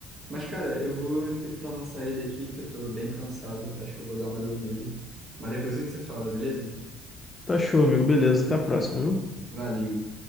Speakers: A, on the right; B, on the left.
A: Mas, cara, eu vou ter que dar uma saída aqui, que eu tô bem cansado. Acho que eu vou dar uma dormida. Mas depois a gente se fala, beleza?
B: Tá show, amigo. Beleza, até a próxima, viu?
A: Valeu.